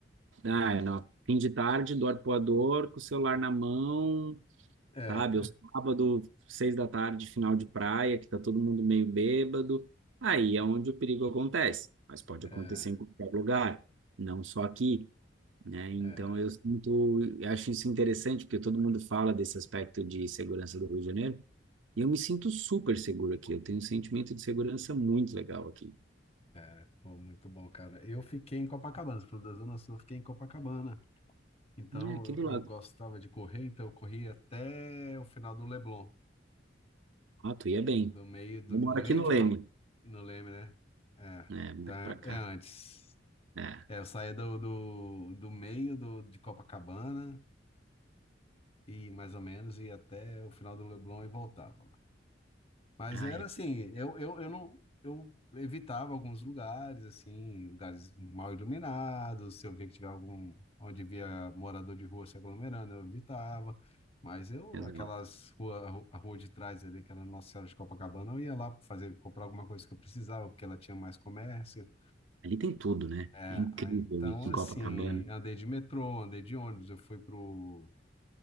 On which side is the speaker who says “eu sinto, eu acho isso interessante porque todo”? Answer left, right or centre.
Right